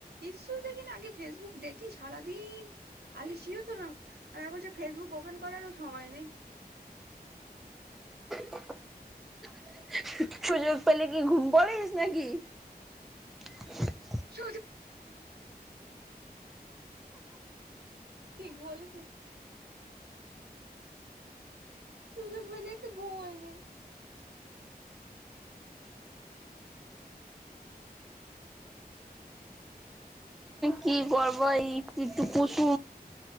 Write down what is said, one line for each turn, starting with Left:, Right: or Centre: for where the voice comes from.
Right: ف ک د نا آگے فس بک دیکی سارا دن آلشی ہ ہو تو نا اور فس بک اوپن کرار سائے نہیں
Centre: <inaudible>
Right: <inaudible> <inaudible> ٹھیک ب سے سجک مے ایک تو با ہے نہیں
Centre: کی کرو یہ کس گ